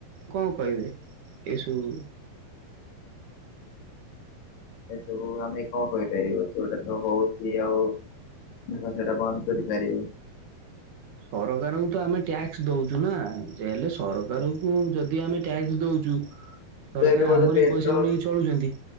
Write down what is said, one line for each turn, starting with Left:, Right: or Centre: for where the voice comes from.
Right: କଣ କହିବେ ଏସବୁ।
Left: ଏସବୁ ଆମେ କଣ କହିପାରିବୁ ଯୋଉଟା ତ ହଉଛି ଆଉ। ଦେଖ ସେଇଟା ବନ୍ଦ କରିପାରିବୁ।
Right: ସରକାରଙ୍କୁ ତ ଆମେ ଟ୍ୟାକ୍ସ ଦଉଛୁ ନା ଯେ ହେଲେ ସରକାରଙ୍କୁ ଯଦି ଆମେ ଟ୍ୟାକ୍ସ ଦଉଛୁ। ସରକାର
Left: ତ ଏବେ ବୋଧେ
Right: ଆମରି
Left: ପେଟ୍ରୋଲ
Right: ପଇସାକୁ ନେଇକି ଚଳୁଛନ୍ତି।